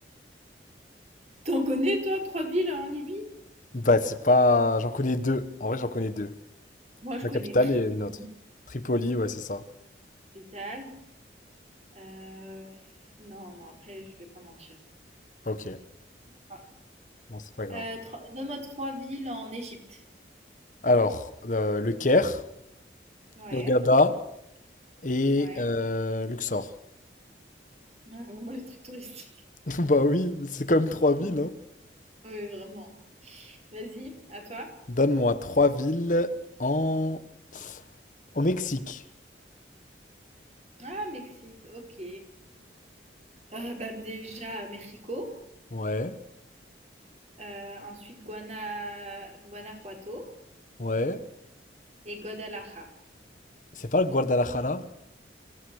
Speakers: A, on the right (about 35°); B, on the left (about 45°).
A: T'en connais, toi, trois villes en Libye?
B: Bah, c'est pas. J'en connais deux. En vrai, j'en connais deux.
A: Moi, je
B: La
A: connais
B: capitale
A: Tripoli,
B: et une autre. Tripoli, ouais, c'est ça.
A: capitale. Euh, non, non, après, je vais pas mentir.
B: Ok,
A: Enfin,
B: bon, c'est pas grave.
A: euh, tro- donne-moi trois villes en Égypte.
B: Alors, euh, le Caire,
A: Ouais,
B: Hurghada Et
A: ouais.
B: euh, Luxor.
A: Ouais, vraiment les trucs touristiques.
B: <laughs> Bah oui, c'est quand même trois villes, hein.
A: Ah Oui, vraiment. Vas-y, à toi.
B: Donne-moi trois villes en... au Mexique.
A: Ah, Mexique, ok. Euh, bah, déjà, Mexico.
B: Ouais,
A: Euh, ensuite, Guana... Guanajuato
B: ouais.
A: et Guadalajara.
B: C'est pas le Guadalajara?